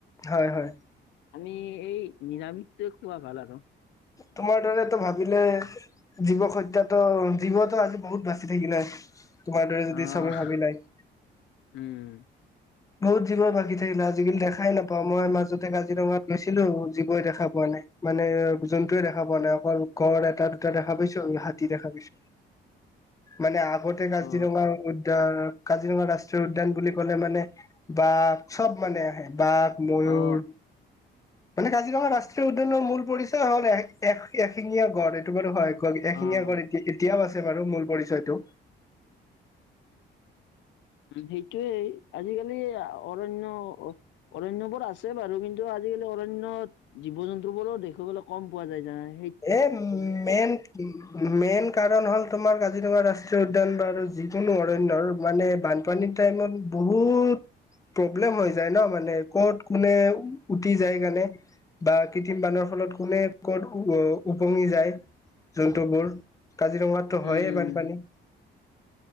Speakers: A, on the left; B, on the left.
A: হয়, হয়।
B: আমি, এই নিৰামিষটোৱে খোৱা ভাল আৰু-
A: তোমাৰ দৰেতো ভাবিলে। জীৱক হত্যাতো, জীৱতো আজি বহুত বাচি থাকিলে হয়। তোমাৰ দৰে যদি
B: আহ
A: চবে ভাবি - <unintelligible>
B: উম
A: বহুত জীৱই বাকী থাকিলা। আজিকালি দেখাই নাপাও, মই মাজতে কাজিৰঙাত গৈছিলো বহুত জীৱই দেখা পোৱা নাই। মানে জন্তুৱে দেখা পোৱা নাই। অকল গড় এটা দুটা দেখা পাইছো, হাতী দেখা পাইছো। মানে আগতে কাজিৰঙা
B: অ
A: উদ্যান। কাজিৰঙা ৰাষ্ট্ৰীয় উদ্যান বুলি ক'লে, মানে বা চব মানে আহে। বাঘ, ময়ূৰ
B: অ
A: মানে কাজিৰঙা ৰাষ্ট্ৰীয় উদ্যানৰ মূল পৰি- হ'ল এ এশিঙীয়া গড়, এইটো বাৰু হয়।
B: অ
A: এশিঙীয়া
B: উম,
A: গড়? এতিয়া এতিয়াও আছে বাৰু। আৰু মূল পৰিচয়টো।
B: উম, সেইটোয়েই। আজিকালি অৰণ্য অৰণ্যবোৰ আছে বাৰু। কিন্তু- আজিকালি অৰণ্যত জীৱ জন্তু বোৰো দেখিৱলৈ কম পোৱা যায়। জানানে?
A: এ মেইন - মেইন কাৰণ হ'ল তোমাৰ গ <unintelligible> ৰাষ্ট্ৰীয় উদ্যান বা আৰু যিকোনো অৰণ্যৰ মানে বানপানীৰ টাইমত বহুত, প্ৰব্লেম হৈ যায় ন মানে ক'ত, কোনে উতি যায় কাৰণে, বা কৃত্ৰিম পানৰ ফলত কোনে ক'ত উপঙি যায় জন্তুবোৰ, কাজিৰঙাতটো
B: উম
A: হয় বানপানী,